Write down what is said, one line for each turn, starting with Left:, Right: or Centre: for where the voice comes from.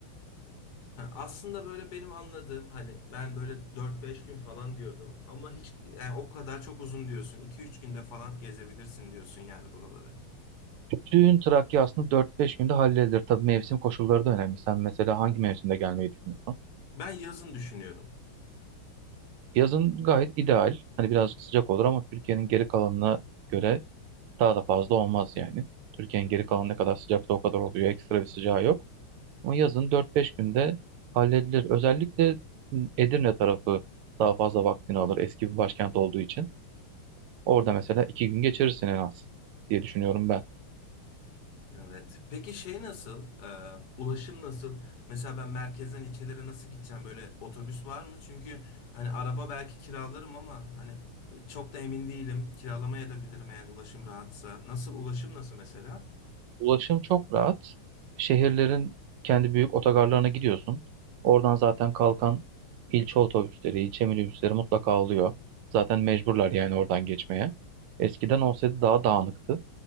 Left: Ha, Aslında böyle benim anladığım hani ben böyle dört beş gün falan diyordum ama hiç yani o kadar çok uzun diyorsun. iki üç günde falan gezebilirsin diyorsun yani buraları.
Right: Bütün Trakya aslında 4-5 günde halledilir. Tabii mevsim koşulları da önemli. Sen mesela hangi mevsimde gelmeyi düşünüyorsun?
Left: Ben yazın düşünüyorum.
Right: Yazın gayet ideal. Hani birazcık sıcak olur ama Türkiye'nin geri kalanına göre Daha da fazla olmaz yani. Türkiye'nin geri kalanı ne kadar sıcaksa o kadar oluyor. Ekstra bir sıcağı yok. Ama yazın 4-5 günde halledilir. Özellikle Edirne tarafı daha fazla vaktini alır. Eski bir başkent olduğu için. Orada mesela 2 gün geçirirsin en az diye düşünüyorum ben.
Left: Evet. Peki şey nasıl? Ee, ulaşım nasıl? Mesela ben merkezden ilçelere nasıl gideceğim? Böyle otobüs var mı? Çünkü hani araba belki kiralarım ama hani çok da emin değilim. Kiralamaya da bilirim eğer ulaşım rahatsa. Nasıl ulaşım nasıl mesela?
Right: Ulaşım çok rahat. Şehirlerin kendi büyük otogarlarına gidiyorsun. Oradan zaten kalkan ilçe otobüsleri, ilçe minibüsleri mutlaka alıyor. Zaten mecburlar yani oradan geçmeye. Eskiden olsaydı daha dağınıktı.